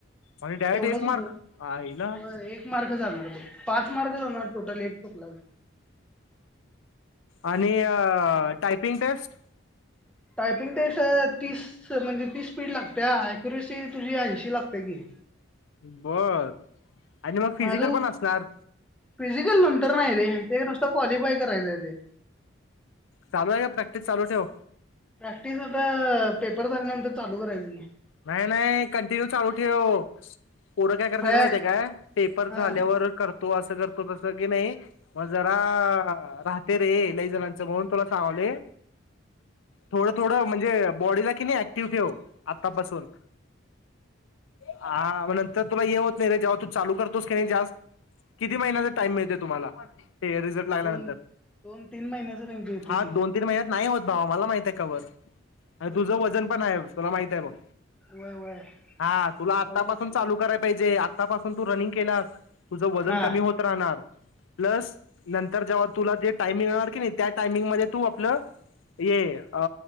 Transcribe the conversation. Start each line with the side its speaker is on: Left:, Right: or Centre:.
Left: आणि डायरेक्ट
Centre: तेवढंच
Left: एक मार्क
Centre: होतं.
Left: आयला.
Centre: होय एक मार्क जाणार बघ पाच मार्क जाणार टोटल एक चुकला की.
Left: आणि टायपिंग टेस्ट?
Centre: टायपिंग टेस्ट त तीस म्हणजे तीस स्पीड लागत्या अक्युरसी तुझी ऐंशी लागत्या की.
Left: बर आणि मग फिजिकल
Centre: माझं
Left: पण असणार
Centre: फिजिकल नंतर्न हाय रें. ते नुसतं क्वालिफाय करायचं हाय ते.
Left: चालू हाय का? प्रॅक्टिस चालू ठेव.
Centre: प्रॅक्टिस आता पेपर झाल्यानंतर चालू करायच की.
Left: नाही नाही कंटिन्यू चालू ठेव. पुढं काय करत्यात
Centre: खळ्या
Left: माहितीय काय? पेपर झाल्यावर
Centre: हा हम्म
Left: कर तो असं करतो तसं की नइ म जरा राहते रे लई जणांच म्हणून तुला सांगालोय थोडं थोडं म्हणजे बॉडीला किनय ऍक्टिव ठेव. तपासून हा तर तुला हे होत नाही रे जेव्हा तू चालू करतोस की नइ जास्त, किती महिन्याचा टाइम मिळतोय तुम्हाला? ते रिझल्ट लागल्यानंतर
Centre: दोन दोन तीन महिन्याच त्यांची होते
Left: हा
Centre: की
Left: दोन तीन महिन्यात नाही होत बाबा मला माहित हाय कवर आणि तुझं वजन पण हाय तुला माहित हाय बघ.
Centre: वय वय
Left: हा तुला आतापसून
Centre: बघत
Left: चालू करा पाहिजे. आतापासून तू रनिंग केलास तुझं वजन
Centre: हा
Left: कमी होत राहणार प्लस नंतर जेव्हा तुला ते टाय मिळणार की नाही त्या टायमिंगमध्ये तू आपलं हे, अ